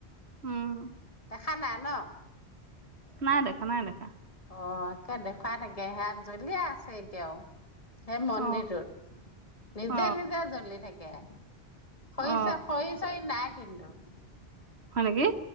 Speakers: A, on the right; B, on the left.
A: উম
B: দেখা নাই ন
A: নাই দেখা নাই দেখা
B: অ একে দেখুৱাই থাকে সে জ্বলিয়াই আছে এতিয়াও সেই মন্দিৰটোত
A: অ
B: নিজে
A: অ
B: নিজে জ্বলি থাকি এক
A: অ
B: হৈছে শৰীৰ চৰীৰ নাই খেে <inaudible> লদ
A: হয়নেকি